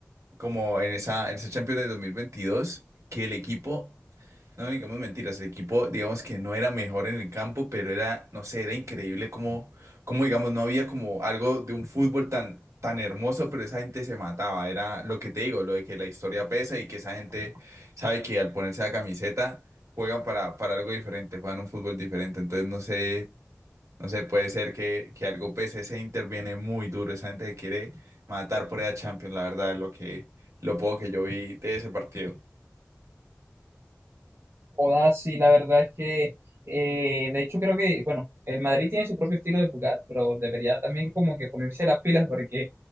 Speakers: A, on the right; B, on the right.
A: como en esa, en esa Champions del 2022 que el equipo No, digamos mentiras, el equipo, digamos que no era mejor en el campo, pero era, no sé, era increíble como, como digamos, no había como algo de un fútbol tan, tan hermoso, pero esa gente se mataba, era lo que te digo, lo de que la historia pesa y que esa gente sabe que al ponerse la camiseta juegan para, para algo diferente, juegan un fútbol diferente, entonces no sé, no sé, puede ser que, que algo pese, ese interviene muy duro, esa gente se quiere matar por esa Champions, la verdad, lo que, lo poco que yo vi de ese partido.
B: Joda, sí, la verdad es que, eh, de hecho creo que, bueno, el Madrid tiene su propio estilo de jugar, pero debería también como que ponerse las pilas porque,